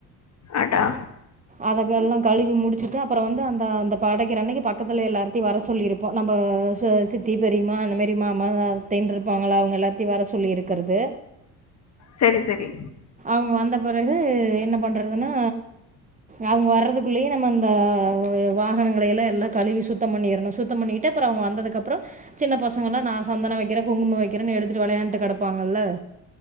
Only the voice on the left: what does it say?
அடா
செரி செரி